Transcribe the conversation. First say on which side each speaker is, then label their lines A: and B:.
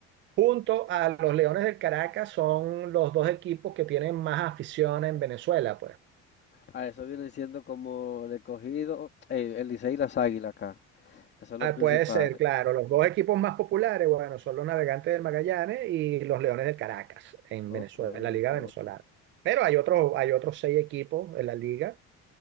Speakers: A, on the right; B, on the left.
A: junto a los Leones del Caracas, son los dos equipos que tienen más afición en Venezuela, pues.
B: Ah, eso viene siendo como el escogido, eh, el Licey y las Águilas acá, que son
A: Ah,
B: los principales.
A: puede ser, claro. Los dos equipos más populares, bueno, son los Navegantes del Magallanes y los Leones del Caracas en
B: Ok,
A: Venezuela, en la Liga
B: ok.
A: Venezolana. Pero hay otros, hay otros seis equipos en la liga